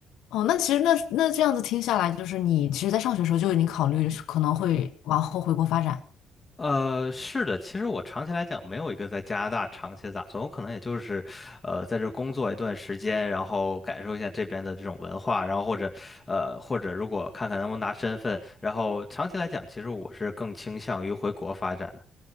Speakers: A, on the left; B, on the left.
A: 哦，那其实那那这样子听下来，就是你其实，在上学的时候就已经考虑是可能会往后回国发展。
B: 呃，是的，其实我长期来讲没有一个在加拿大长期的打算，我可能也就是，呃，在这工作一段时间，然后感受一下这边的这种文化，然后或者，呃，或者如果看看能不能拿身份，然后长期来讲，其实我是更倾向于回国发展的。